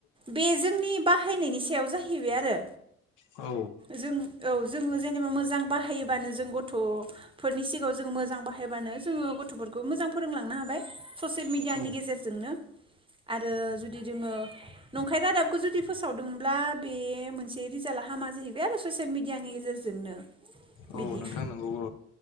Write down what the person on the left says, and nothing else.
औ
औ
औ
नोंथां नंगौबो